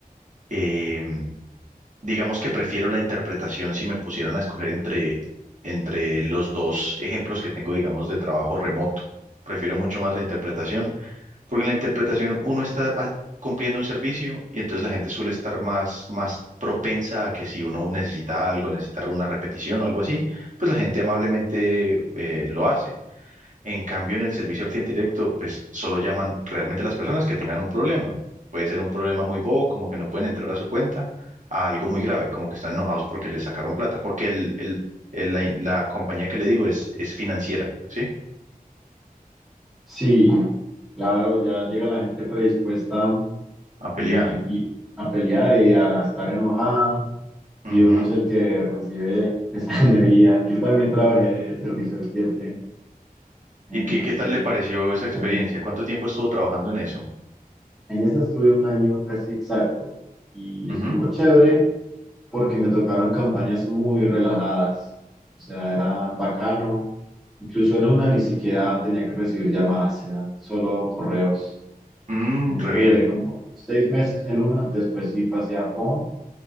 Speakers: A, on the right; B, in the centre.
A: em, Digamos que prefiero la interpretación si me pusieran a escoger entre, entre los dos ejemplos que tengo, digamos, de trabajo remoto. Prefiero mucho más la interpretación, porque en la interpretación uno está ah, cumpliendo un servicio y entonces la gente suele estar más, más propensa a que si uno necesita algo, necesita una repetición o algo así, pues la gente amablemente eh, lo hace. En cambio, en el servicio al cliente directo, pues solo llaman realmente a las personas que tengan un problema. Puede ser un problema muy bobo, como que no pueden entrar a su cuenta, a algo muy grave, como que están enojados porque les sacaron plata, porque el, el- el- la, la compañía que le digo es, es financiera, ¿sí?
B: Sí, claro, ya llega la gente predispuesta
A: A pelear.
B: y, y a pelear y a estar enojada
A: Ujú.
B: y uno es el que recibe esa <laughs> energía. Yo también trabajé de servicio al cliente en,
A: ¿Y qué,
B: hace
A: qué tal le pareció
B: dos
A: esa experiencia?
B: años.
A: ¿Cuánto tiempo estuvo trabajando en eso?
B: En esa estuve un año casi exacto y
A: Ujú.
B: estuvo chévere porque me tocaron campañas muy relajadas, o sea, era bacano. Incluso en una ni siquiera tenía que recibir llamadas, eran solo correos.
A: Mm,
B: En esa
A: re bien.
B: duré como seis meses en una, después sí pasé a phone,